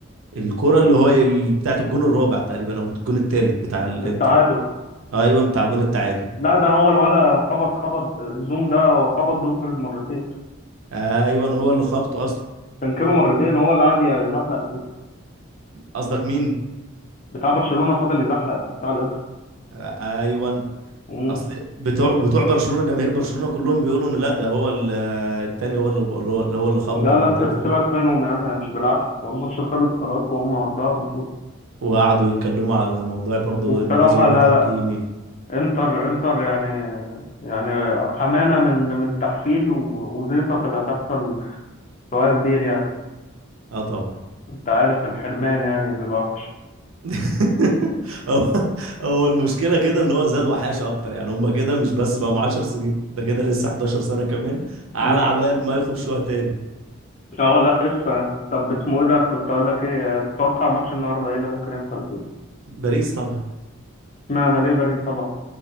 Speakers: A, on the right; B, on the left.
A: الكره اللي هو ال- بتاعت الجون الرابع تقريبا او الجون الثالث بتاع الانتر
B: التعادل
A: ايوه بتاع جون التعادل
B: لا ده هو الولا خبط خبط الزوم ده هو خبط دومفريز مرتين
A: ايوه هو اللي خبطه اصلا
B: كانكيلو مرتين هو اللي قعد يزحلق فيه
A: قصدك مين
B: بتاع برشلونة فضل يزحلق في بتاع الانتر
A: ايوه
B: مم.
A: اصل بتوع بتوع برشلونه جماهير برشلونه كلهم بيقولوا ان لا ده هو ال- التاني هو اللي هو هو اللي خبطه
B: ده لا
A: مرتين
B: س-
A: فرق
B: سيبك منهم يا عم هي مش بالعافية هو الماتش خلص خلاص وهم ودعوا البطولة
A: وقعدوا يتكلموا على موضوع برضو
B: وبصراحة
A: ان ده ظلم
B: لا
A: تحكيمي
B: لا انتر انتر يعني يعني حمانة من من تحفيل و- وزيطة كانت هتحصل سواء كبير يعني
A: اه طبعا
B: انت عارف الحرمان يعني بيبقى وحش
A: <laughs> هو هو المشكله كده ان هو زاد وحاشه اكتر يعني هم كده مش بس بقى 10 سنين ده كده لسه 11 سنه كمان
B: <laughs>
A: على عبال ما يخشوها تاني
B: اه لا قصة طب اسمه ايه ده كنت اقول لك ايه تتوقع ماتش النهارده ايه اللي ممكن يحصل فيه
A: باريس طبعا
B: اشمعنى ليه باريس طبعا